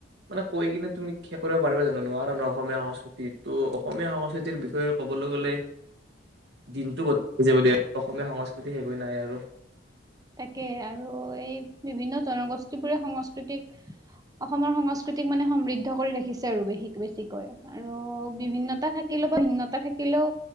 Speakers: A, on the right (about 60°); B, on the right (about 20°).
A: মানে কৈ কিনে তুমি শেষ কৰিব পাৰিবা জানো? নোৱাৰা ন, অসমীয়া সংস্কৃতি। ত' অসমীয়া সংস্কৃতিৰ বিষয়ে ক'বলৈ গ'লে দিনটো গট যেব দিয়া। অসমীয়া সংস্কৃতি শেষ হৈ নাহে আৰু।
B: তাকে, আৰু এই বিভিন্ন জনগোষ্ঠীবোৰে সংস্কৃতিক অসমৰ সংস্কৃতিক মানে সমৃদ্ধ কৰি ৰাখিছে আৰু বেহি-বেছিকৈ। আৰু বিভিন্নতা থাকিলেও বা ভিন্নতা থাকিলেও